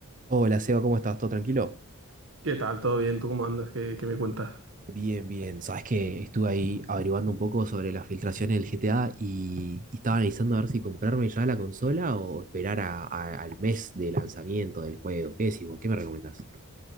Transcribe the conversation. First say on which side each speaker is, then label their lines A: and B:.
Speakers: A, on the right; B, on the right.
A: Hola, Seba, ¿cómo estás? ¿Todo tranquilo?
B: ¿Qué tal? ¿Todo bien? ¿Tú cómo andas? ¿Qué, qué me cuentas?
A: Bien, bien. Sabes que estuve ahí averiguando un poco sobre las filtraciones del GTA y, y estaba analizando a ver si comprarme ya la consola o esperar a- a- al mes de lanzamiento del juego. ¿Qué decís vos? ¿Qué me recomendás?